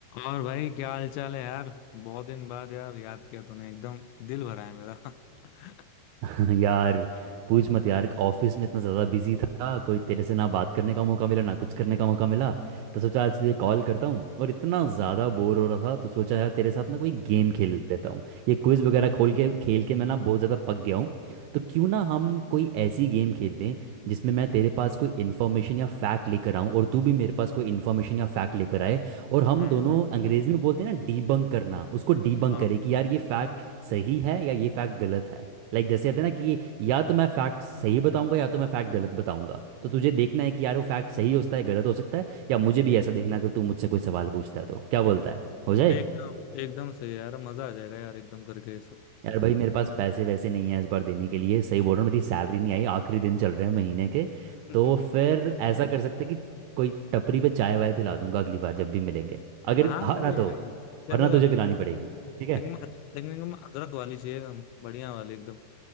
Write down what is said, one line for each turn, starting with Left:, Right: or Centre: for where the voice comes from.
Left: और भाई क्या हाल चाल है यार बहुत दिन बाद यार याद किया तूने एकदम दिल भरा है मेरा <laughs>
Right: <laughs> यार पूछ मत यार ऑफिस में इतना ज़्यादा बिजी था कोई तेरे से ना बात करने का मौका मिला ना कुछ करने का मौका मिला तो सोचा आज तुझे कॉल करता हूँ और इतना ज़्यादा बोर हो रहा था तो सोचा यार तेरे साथ ना कोई गेम खेल लेता हूँ ये क्विज वगैरह खोल के खेल के मैं ना बहुत ज़्यादा पक गया हूँ तो क्यों ना हम कोई ऐसी गेम खेल लें जिसमें मैं तेरे पास कोई इन्फॉर्मेशन या फैक्ट लेकर आऊँ और तू भी मेरे पास कोई इन्फॉर्मेशन या फैक्ट लेकर आए और हम
Left: हम्म
Right: दोनों अंग्रेजी में बोलते हैं ना डीबंक करना उसको डीबंक
Left: हाँ
Right: करें कि यार ये फैक्ट सही है या ये फैक्ट गलत है लाइक like जैसे कहते हैं ना कि या तो मैं फैक्ट सही बताऊंगा या तो मैं फैक्ट गलत बताऊंगा तो तुझे देखना है कि यार वो फैक्ट सही हो सकता है गलत हो सकता है या मुझे भी ऐसा देखना है, अगर तू मुझसे कोई सवाल पूछता है तो क्या बोलता है हो जाए
Left: एकदम एकदम सही है यार मजा आ जाएगा यार एकदम करके ये सब
Right: यार भाई मेरे पास पैसे वैसे नहीं है इस बार देने के लिए सही बोल रहा हूँ मेरी सैलरी नहीं आई आखिरी दिन चल रहे हैं महीने के
Left: <laughs>
Right: तो फिर ऐसा कर सकते हैं कि कोई टपरी पे चाय वाय पिला दूंगा अगली बार जब भी मिलेंगे अगर
Left: हाँ
Right: हारा
Left: अरे
Right: तो
Left: भाई चलेगा
Right: वरना तुझे
Left: बिल्कुल
Right: पिलानी पड़ेगी ठीक है
Left: लेकिन लेकिन एकदम अदरक वाली चाहिए एकदम बढ़िया वाली एकदम